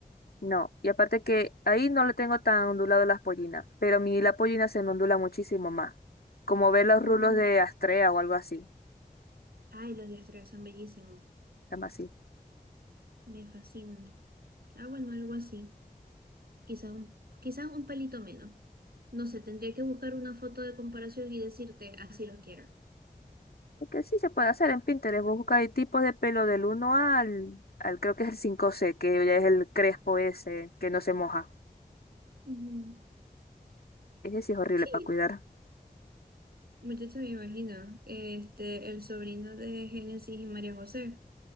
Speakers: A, on the left; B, on the right.
A: No, y aparte que ahí no le tengo tan ondulado las pollinas, pero a mí la pollina se me ondula muchísimo más. Como ver los
B: Ujú.
A: rulos de Astrea o algo así,
B: Ay, los diastregas son bellísimos.
A: llama así.
B: Me fascinan. Ah, bueno, algo así. Quizás un, quizás un pelito menos. No sé, tendría que buscar una foto de comparación y decirte, así los quiero.
A: Es que sí se puede hacer en Pinterest, vos buscáis tipos de pelo del uno al, al creo que es el cinco c que ya es el crespo ese, que no se moja.
B: Ujú.
A: Ese sí es horrible
B: Sí.
A: para cuidar.
B: Muchacha, me imagino, este, el sobrino de Génesis y María José.